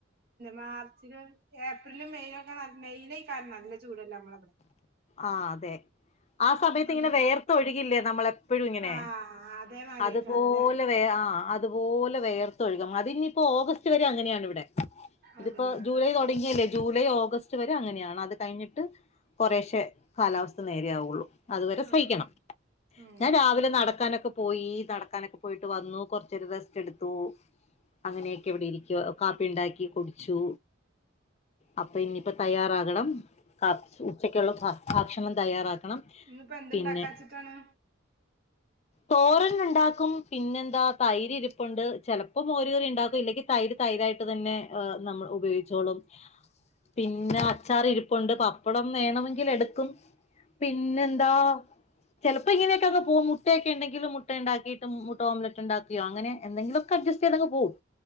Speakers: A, on the right; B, on the left.
A: മാർച്ചിലും, ഏപ്രിലും, മെയിലൊക്കെ മെയയില കാരണം നല്ല ചൂടണ്ടാകാ നമ്മളവിടെ
B: ആ അതെ ആ സമയത്ത്
A: അങ്ങ
B: ഇങ്ങനെ വേർത്ത ഒഴുകില്ലേ നമ്മളെപ്പോഴും ഇങ്ങനെ
A: ആഹ് അതേമാതിരിക്കാരല്ലേ
B: അതുപോലെേ ആഹ അഹ അതുപോലെ വേയർത്തൊഴുകും അതിഇനിയിപ്പോ ഓഗസ്റ്റ് വരെ അങ്ങനെയാണ് ഇവിടെ ഇതിപ്പോ
A: അതെല്ലേ
B: ജൂലൈ തുടങ്ങിയല്ലേ ജൂലൈ ഓഗസ്റ്റ് വരെ അങ്ങനെയാണ് അത് കഴിഞ്ഞിട്ട് കുറേ പക്ഷ കാലാവസ്ഥ നേരെയാവുള്ളൂ അതുവരെ സഹിക്കണം
A: ആഹ് ഉം
B: ഞാൻ രാവിലെ നടക്കാനൊക്കെ പോയി നടക്കാനൊക്കെ പോയിട്ട് വന്നു കൊറച്ചൊരം റെസ്റ്റ് എടുത്തു അങ്ങനെയൊക്കെ ഇവിടെ ഇരിക്ക കാപ്പി ഉണ്ടാക്കി കുടിച്ചു അപ്പം ഇനിപ്പം തയ്യാറാകണം. കാ ഉച്ച ഭക്ഷണം തയ്യാറാക്കണം
A: ഇന്നിപ്പോ എന്തുണ്ടാക്കാച്ചിട്ടാണ്
B: പിന്നെ തോരൻ ഉണ്ടാക്കും പിന്നെന്താ തൈരി ഇരിപ്പുണ്ട് ചിലപ്പോം മോരുകറി ഉണ്ടാക്കും ഇല്ലെങ്കിൽ തൈര് തൈര് യിട്ട് തന്നെ നമ്മൾ ഉപയോഗിച്ചോളും പിന്നെ അച്ചാറിരിപ്പുണ്ട് പപ്പടം വേണമെങ്കിൽ എടുക്കും പിന്നെ എന്താ ചിലപ്പോ ഇങ്ങനൊക്കെ അങ് പോക മുട്ടയക്കെ ഉണ്ടെങ്കിലിൽ മുട്ട ഉണ്ടാക്കിയിട്ട് മുട്ട ഓംലെറ്റ് ഉണ്ടാക്കിയോ അങ്ങെനെ എന്തെങ്കിലുംൊക്കെ ജസ്റ്റീതങ് പോവും